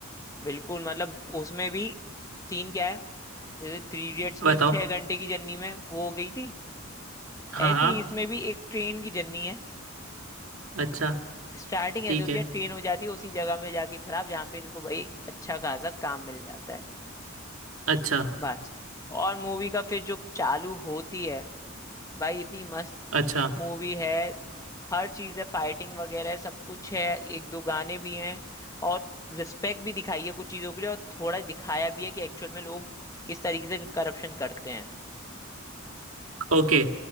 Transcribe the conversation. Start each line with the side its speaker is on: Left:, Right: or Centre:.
Left: बिल्कुल मतलब उसमें भी सीन क्या है जैसे थ्री इडियट्स में
Right: बताओ
Left: छह घंटे की जर्नी में वो हो गई थी
Right: हाँ
Left: ऐसी
Right: हाँ
Left: ही इसमें भी एक ट्रेन की जर्नी है
Right: अच्छा
Left: स्टार्टिंग
Right: ठीक
Left: ऐसे होती
Right: है
Left: है ट्रेन हो जाती है उसी जगह में जाके खराब जहाँ पे इनको भाई अच्छा खासा काम मिल जाता है
Right: अच्छा
Left: बस और मूवी का फिर जो चालू होती है भाई इतनी मस्त
Right: अच्छा
Left: मूवी है हर चीज है फाइटिंग वगैरह है, सब कुछ है एक दो गाने भी हैं और रिस्पेक्ट भी दिखाई है कुछ चीजों के लिए और थोड़ा दिखाया भी है कि एक्चुअल में लोग किस तरीके से करप्शन करते हैं
Right: ओके